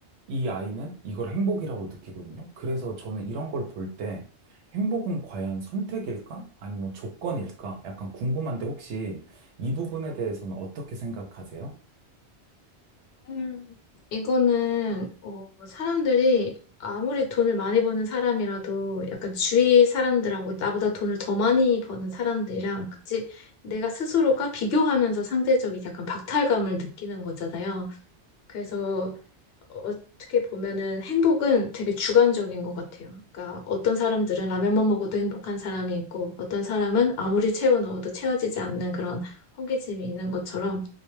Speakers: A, on the right; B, on the left.
A: 이 아이는 이걸 행복이라고 느끼거든요. 그래서 저는 이런 걸 볼 때 행복은 과연 선택일까? 아니면 조건일까? 약간 궁금한데 혹시 이 부분에 대해서는 어떻게 생각하세요?
B: 음, 이거는 어, 사람들이 아무리 돈을 많이 버는 사람이라도 약간 주위 사람들하고 나보다 돈을 더 많이 버는 사람들이랑 같이 내가 스스로가 비교하면서 상대적인 약간 박탈감을 느끼는 거잖아요. 그래서 어떻게 보면은 행복은 되게 주관적인 것 같아요. 그러니까 어떤 사람들은 라면만 먹어도 행복한 사람이 있고 어떤 사람은 아무리 채워 넣어도 채워지지 않는 그런 허기짐이 있는 것처럼